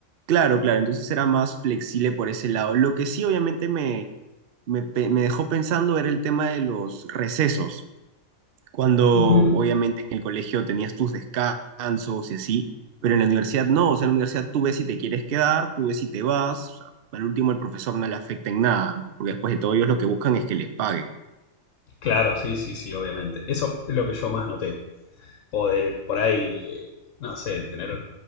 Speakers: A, on the right; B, on the left.
A: claro, claro, entonces era más flexible por ese lado. Lo que sí obviamente me, me, pe- me dejó pensando era el tema de los recesos, cuando
B: Ujú.
A: obviamente en el colegio tenías tus descansos y así, pero en la universidad no, o sea, en la universidad tú ves si te quieres quedar, tú ves si te vas, o sea, al último el profesor no le afecta en nada, ¿no? Porque después de todo ellos lo que buscan es que les paguen.
B: Claro, sí, sí, sí, obviamente. Eso es lo que yo más noté. O de por ahí, eh, no sé, tener